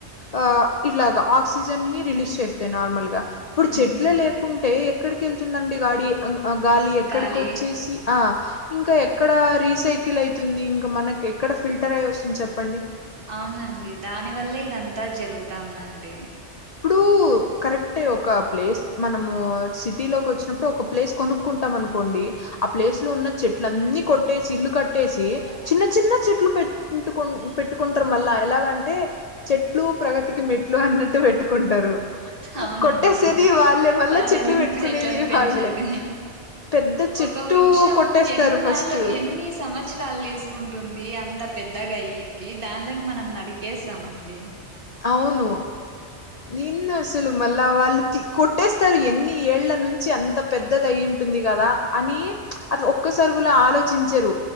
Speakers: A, on the left (about 50°); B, on the right (about 50°).
A: ఆ ఇలాగ ఆక్సిజన్ ని రిలీజ్ చేస్తాయి నార్మల్గా ఇప్పుడు చెట్లే
B: ఉమ్
A: లేకుంటే ఎక్కడికి ఎళ్తుందండి గాడి గాలి ఎక్కడికి
B: గాలి
A: వొచ్చేసి ఆ ఇంకా ఎక్కడ రీసైకిల్ అయితుంది ఇంకా మనకి ఎక్కడ ఫిల్టర్ అయ్యి వస్తుంది చెప్పండి
B: అవునండీ దాని వల్లే ఇదంతా జరుగుతాందాండి
A: ఇప్పుడూ కరెక్టే గా ఒక ప్లేస్ మనమూ సిటీ లోకి వచ్చినప్పుడు ఒక ప్లేస్ కొనుక్కుంటాం అనుకోండీ ఆ ప్లేస్ లో ఉన్న చెట్లన్నీ కొట్టేసి ఇల్లు కొట్టేసీ చిన్న చిన్న చెట్లు పెట్టుకు పెట్టుకుంటారు మళ్ళా ఎలాగంటే చెట్ చెట్లూ ప్రగతికి మెట్లు అన్నట్ ట్టు పెట్టుకుంటరు
B: అవునండి
A: కొట్టేసేది వాళ్ళే మళ్ళా
B: వాళ్ళని
A: చెట్లు పెట్టుకునేది
B: చెట్లను పెంచేది
A: వాళ్ళే పెద్ద చెట్టు
B: ఒక వృక్షం
A: కొట్టేస్తారు
B: ఎన్నాళ్లు
A: ఫస్ట్
B: ఎన్నీ సంవత్సరాలు తీసుకుంటుందీ అంత పెద్దగా అయ్యేకి దాన్లాని మనం నరికేస్తామండీ
A: అవును నిన్న అసులు మళ్ళ వాళ్ళు తీ కొట్టేస్తారు ఎన్ని ఏళ్ళ నుంచి అంత పెద్దది అయి ఉంటుంది కదా అని అది ఒక్కసారి ఆలోచించరు